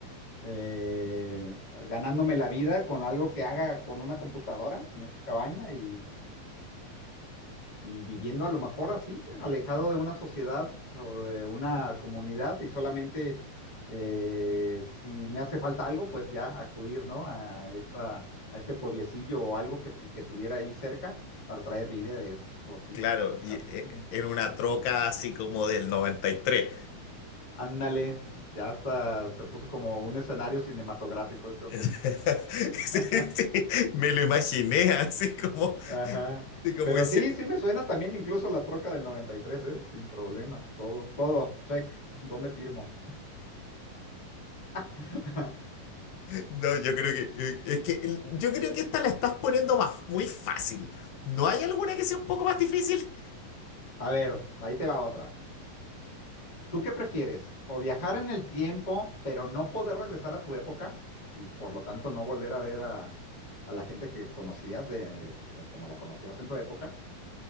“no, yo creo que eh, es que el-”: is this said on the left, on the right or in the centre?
Left